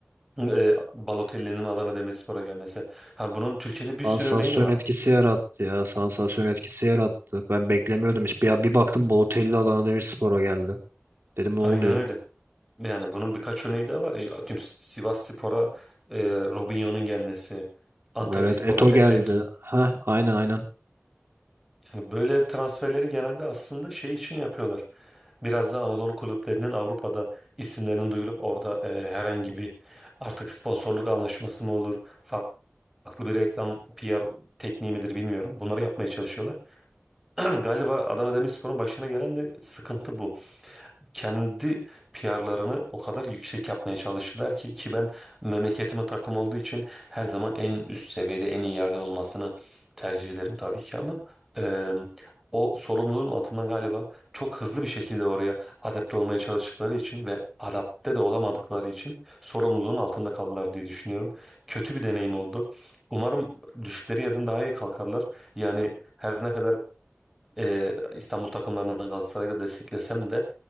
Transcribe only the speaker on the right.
Sansasyon
etkisi yarattı ya. Sansasyon etkisi yarattı. Ben beklemiyordum hiç. Bir, bir baktım Balotelli Adana Demirspor'a geldi. Dedim ne oluyor?
Evet Eto
geldi.
Ha aynen aynen.